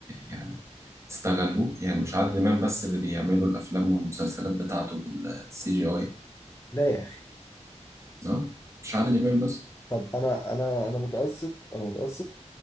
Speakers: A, on the right; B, on the left.
A: يعني استغلوه يعني مش عادل امام بس اللي بيعملوا الافلام والمسلسلات بتاعته بالسي جي اي
B: لا يا أخي
A: اه مش عادل امام بس
B: طب أنا أنا أنا متأسف أنا متأسف